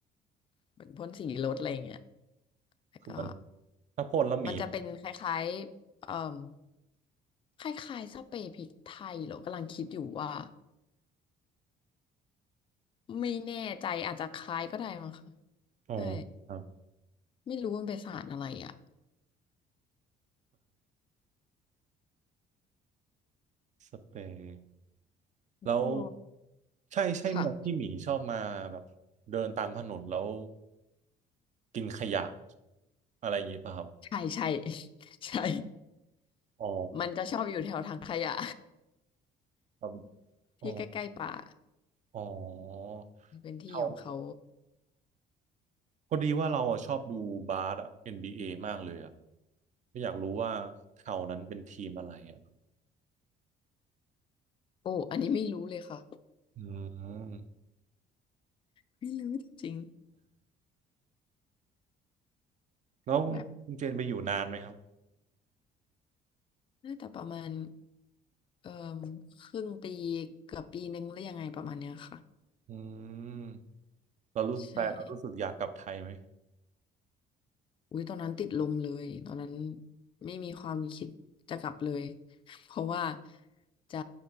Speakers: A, on the left; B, on the right.
A: เหมือนพ่นสีรถอะไรเงี้ยแล้วก็
B: คือมันถ้าพ่นแล้วหมี
A: มันจะเป็นคล้ายๆเอ่มคล้ายๆสเปรย์พริกไทยเหรอกำลังคิดอยู่ว่าไม่แน่ใจอาจจะคล้ายก็ได้มั้งค่ะ
B: อ๋อ
A: ใช่
B: ครับ
A: ไม่รู้มันเป็นสารอะไรอ่ะ
B: สเปรย์
A: ก็
B: แล้วใช่ใช่หมวดที่หมีชอบมาแบบเดินตามถนนแล้ว
A: ค่ะ
B: กินขยะอะไรอย่างนี้ป่ะครับ
A: ใช่ใช่ <laughs> ใช่
B: อ๋อ
A: มันจะชอบอยู่แถวถังขยะ
B: ครับ
A: <laughs> ที่ใกล้ๆป่า
B: อ๋ออ๋อ
A: เป็นที่ของเขา
B: เราพอดีว่าเราอะชอบดูบาสอะ NBA มากเลยอะก็อยากรู้ว่าเท่านั้นเป็นทีมอะไรอะ
A: โอ้อันนี้ไม่รู้เลยค่ะ
B: อืม
A: ไม่รู้จริง
B: แล้วคุณคุณเจนไปอยู่นานไหมครับ
A: ๆแบบน่าจะประมาณเอ่อครึ่งปีเกือบปีนึงหรือยังไงประมาณเนี้ยค่ะ
B: อืมเรารู้แฟนเรารู้สึกอยากกลับไทยไหม
A: ใช่ อุ้ยตอนนั้นติดลมเลยตอนนั้นไม่มีความคิดจะกลับเลย <laughs> เพราะว่าจะ